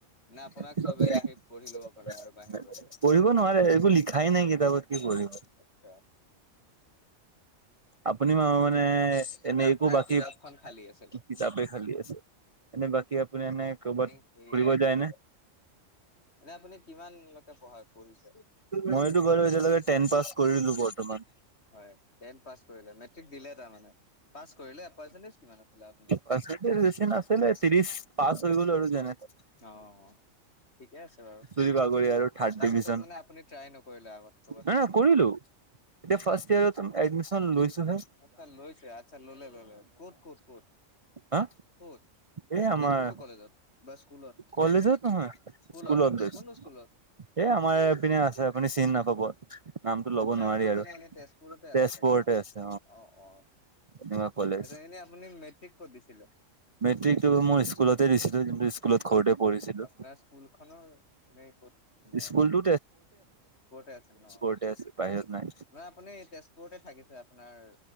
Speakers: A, on the left; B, on the right.
A: নে আপোনাক
B: <unintelligible>
A: চবেই আহি পঢ়ি ল'ব পাৰে আৰু বাহিৰে বাহিৰে
B: পঢ়িব নোৱাৰে, একো লিখাই নাই কিতাপত। কি কৰি?
A: <unintelligible>
B: আপুনি <unintelligible> মানে, এনেই
A: মানে আপোনাৰ
B: একো বাকী,
A: কিতাপখন খালী আছিলে
B: কিতাপে খালি আছে। এনে, বাকী আপুনি এনেই কৰ'বাত
A: আপুনি সেয়াই
B: ফুৰিব
A: পঢ়িলে
B: যায়নে?
A: এনে আপুনি কিমানলৈকে পঢ়া পঢ়িছে
B: মইতো, গলোঁ এতিয়ালৈকে টেন পাছ কৰিলোঁ বৰ্তমান।
A: হয়, টেন পাছ কৰিলে। মেট্ৰিক দিলে তাৰমানে? পাছ কৰিলে পাৰ্চেন্টেজ কিমান আছিলে আপোনাৰ
B: পাৰ্চেণ্টিছ বেছি নাছিলে, ত্ৰিশ। পাছ হৈ গ'লো আৰু যেনে-তেনে।
A: অ' অ'! ঠিকে আছে বাৰু।
B: চুৰি বাগৰি আৰু থাৰ্ড
A: তাৰপিছত
B: ডিভিজন
A: মানে, আপুনি ট্ৰাই নকৰিলে, আগত কৰ'বাত
B: নাই
A: পঢ়িম,
B: নাই কৰিলো
A: কৰিম?
B: এতিয়া, ফাৰ্ষ্ট ইয়েৰত এডমিছন লৈছোঁহে।
A: আচ্ছা! লৈছে, আচ্ছা, ল'লে-ল'লে, ক'ত -ক'ত- ক'ত-ক'ত?
B: হা
A: ক'ত?
B: এই
A: মানে,
B: আমাৰ
A: কোনটো কলেজত বা স্কুলত?
B: কলেজত নহয়
A: স্কুলত,
B: গৈছো।
A: কোনটো স্কুলত?
B: এ, আমাৰ এইপিনে আছে, আপুনি চিনি নাপাব। নামটো? ল'ব
A: আচ্ছা!
B: নোৱাৰি
A: ক'ত
B: আৰু
A: মানে, এনেই তেজপুৰতে
B: তেজপুৰতে
A: আছে, চাগে ন'।
B: আছে
A: অ' অ'!
B: তেনেকুৱা কলেজ
A: এনেই আপুনি মেট্ৰিক ক'ত দিছিলে?
B: মেট্ৰিকটো মই স্কুলতে দিছিলো যোনটো স্কুলত ঘৰতে পঢ়িছিলো।
A: আপোনাৰ স্কুলখনৰ, এনে ক'ত মানে?
B: স্কুলতো
A: ক'তে আছিল ন'?
B: ঘৰতে আছে, বাহিৰত? নাই
A: নহয় আপুনি, তেজপুৰতে থাকিছে, আপোনাৰ